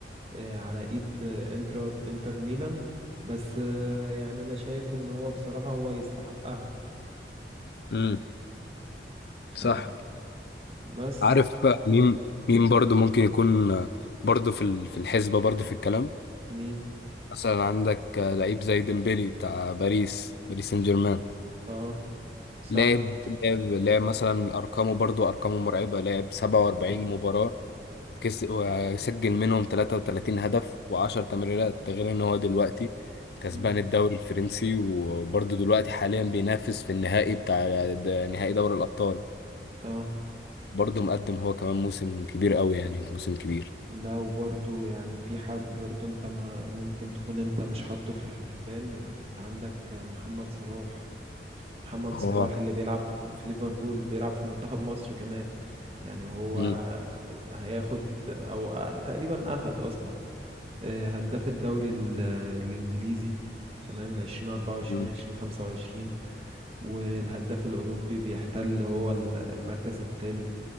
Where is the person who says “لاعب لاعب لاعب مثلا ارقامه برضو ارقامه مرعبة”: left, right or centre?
Left